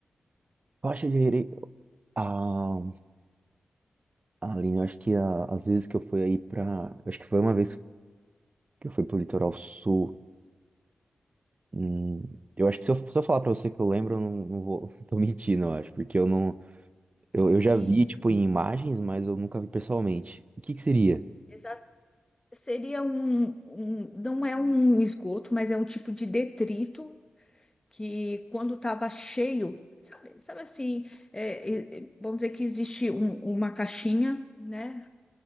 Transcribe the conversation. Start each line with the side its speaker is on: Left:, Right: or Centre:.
Right: Rocha de Herê, ah, Aline, eu acho que a- às vezes que eu fui aí para, acho que foi uma vez que eu fui pro litoral sul, hum, eu acho que se eu, se eu falar para você que eu lembro, eu não, não vou, <laughs> tô mentindo, eu acho, porque eu não, eu, eu já
Left: Sim,
Right: vi, tipo, em imagens, mas eu nunca vi pessoalmente. O que que seria?
Left: exa- Seria um, um, não é um esgoto, mas é um tipo de detrito que quando estava cheio, sabe, sabe assim, é, é, vamos dizer que existe um- uma caixinha, né?